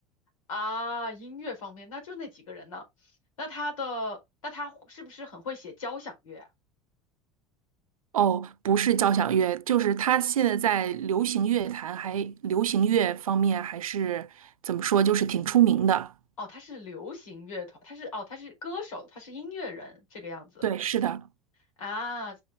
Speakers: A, on the left (about 80°); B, on the right (about 80°).
A: 啊，音乐方面，那就那几个人呢？那他的那他是不是很会写交响乐啊？
B: 哦，不是交响乐，就是他现在在流行乐坛还流行乐方面还是怎么说，就是挺出名的。
A: 哦，他是流行乐团，他是哦，他是歌手，他是音乐人这个样子啊。
B: 对，是的，
A: 啊